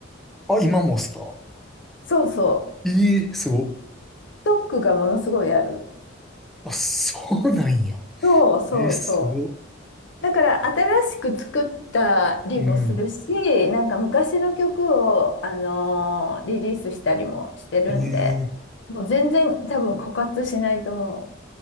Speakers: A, in the centre; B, on the left.
A: あ、今もっすか
B: そうそう。
A: ええ、すご。
B: ストックがものすごいある。
A: あ、そうなんや。
B: そうそうそう。
A: えー、すご。
B: だから新しく作ったりもするし、
A: うん。
B: なんか昔の曲を、あのーリリースしたりもしてるんで、
A: ええ。
B: もう全然多分枯渇しないと思